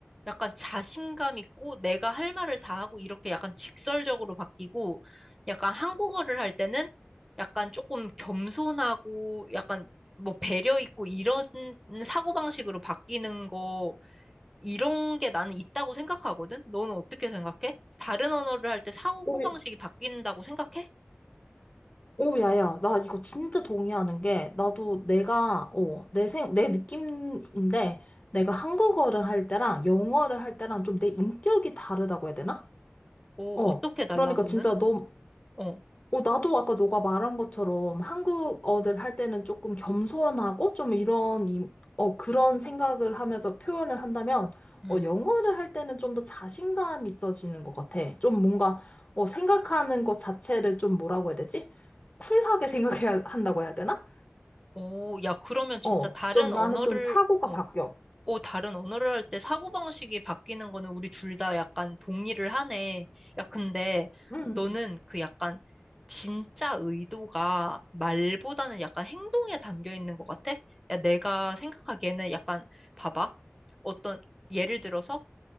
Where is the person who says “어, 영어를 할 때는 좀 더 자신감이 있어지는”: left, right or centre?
Left